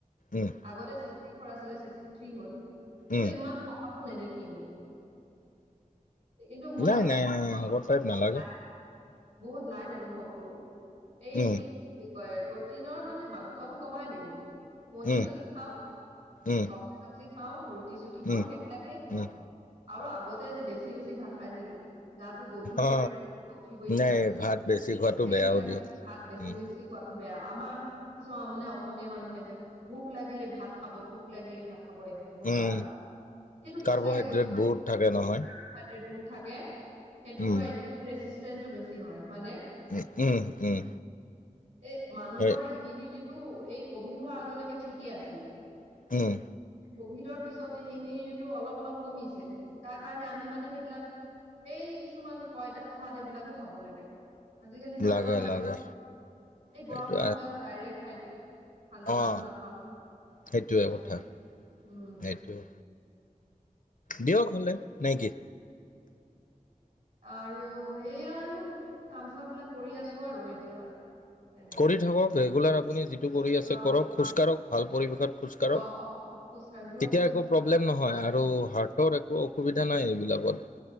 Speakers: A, on the left; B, on the right.
A: উম
B: আগতে চিক্সটি ফৰ আছিলে ছিক্সটি থ্ৰী হ'ল। কিন্তু
A: উম
B: ইমান শকতো নেদেখি মোক। কিন্তু মই
A: নাই
B: <unintelligible>
A: নাই অভাৰ টাইপ নালাগে
B: নাই বহুত নাগ অনুভৱ কৰো এই -এইটো
A: উম
B: <unintelligible> বুলি কয় প্ৰটিনৰ মানে মাংসটো কমাই দিলো কণী
A: উম
B: চনি খাও
A: উম
B: চবজি তবজি খাওঁ ৰুটি চুটি খাওঁ
A: উম
B: সেইবিলাকেই খুৱা
A: উম
B: আৰু আগতে যে বেছি-বেছি ভাত খাইছিলো গা টো গধুৰ
A: অ
B: কৰে উঠিব ইছা
A: নাই
B: নাযাই
A: ভাত বেছি খোৱাটো
B: সেইবিলাক
A: বেয়াও দিয়ক
B: ভাত বেছি-বেছি
A: উম
B: খোৱাতো বেয়া আমাৰ কিছুমান অসমীয়া মানুহে যে ভোক লাগিলে ভাত খাব ভোক লাগিলেই ভাত খাব এসোপা
A: উম
B: - এসোপা সেইটো
A: কাৰ্বহাইড্ৰেট
B: সঁচাকে কৈছো
A: বহুত থাকে নহয়
B: কাৰ্ব-হাইড্ৰেদ বহুত থাকে সেইটোৰ
A: উম
B: পৰা ইনচুলিন ৰেচিষ্ট্ৰেণ্টো বেছি হয় নে?
A: উম-উম- উম
B: এ মানুহৰ
A: সেই
B: ইমিউনিটিটো এই কভিড হোৱাৰ আগলৈকে ঠিকেই আছিলে
A: উম,
B: কভিডৰ পিছত এই ইমিউনিটিটো অলপ- অলপ কমিছে তাৰ কাৰণে আমি মানে সেইবিলাক এই কিছুমান পইতা ভাত এইবিলাকো খাব লাগে আজিকালি নাখাওেই
A: লাগে লাগে
B: যে আমি। এই
A: সেইটো
B: গৰম ভাত গাল ডাইৰেক্ট খাই দিওঁ ঠাণ্ডা ভাতো
A: অঁ
B: নাখাওঁ।
A: সেইটোৱে
B: হয়নে
A: কথা
B: উম,
A: সেইটোৱে দিয়ক হলে নাইকি?
B: আৰু এইয়া আৰু কাম চাম বিলাক কৰি আছো আৰু এতিয়া। সেনেকুৱাই
A: কৰি থাকক ৰেগুলাৰ আপুনি যিটো কৰি আছে
B: অ
A: কৰক খোজকাঢ়ক ভাল পৰিৱেশত। খোজ কাঢ়ক
B: অ অ খোজ কাঢ়িও
A: তেতিয়া
B: আছো আৰু
A: একো প্ৰব্লেম
B: অ
A: নহয় আৰু হাৰ্টৰ একো অসুবিধা নাই। বিলাকত